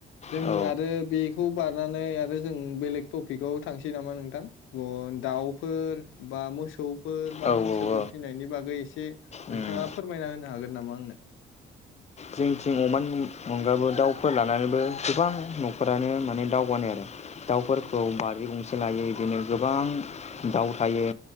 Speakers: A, on the left; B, on the left.
A: जों
B: औ
A: आरो बेखौ बारनानै आरो जों बेलेग टपिकआव थांसै नामा नोंथां दाउफोर बा मोसौफोर बा
B: औ
A: हांसोफोर
B: औ
A: फिसिनायनि बागै एसे नोंथाङा
B: उम
A: फोरमायना होनो हागोन नामा आंनो
B: जोंथिं अमानि अगाबो दाउफोर लानानैबो गोबां न'खरानो माने दावउ बानाय आरो दाउफोरखौ बारि गंसे लायो बिदिनो गोबां दाउ थायो